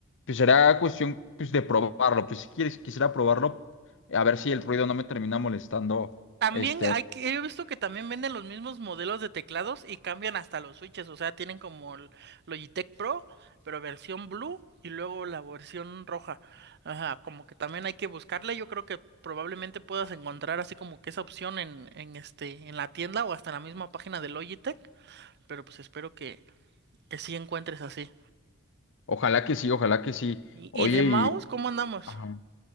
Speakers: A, on the left (about 60°); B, on the right (about 50°).
A: pues será cuestión pues, de probarlo. Pues si quieres, quisiera probarlo, a ver si el ruido no me termina molestando.
B: También
A: Este,
B: hay que, he visto que también venden los mismos modelos de teclados y cambian hasta los switches, o sea, tienen como el Logitech Pro, pero versión blue y luego la versión roja. Ajá, como que también hay que buscarla. Yo creo que probablemente puedas encontrar así como que esa opción en, en este, en la tienda o hasta en la misma página de Logitech, pero pues espero que, que sí encuentres así.
A: ojalá que sí, ojalá que sí.
B: Y,
A: Oye,
B: y de mouse,
A: y...
B: ¿cómo andamos?
A: ajá.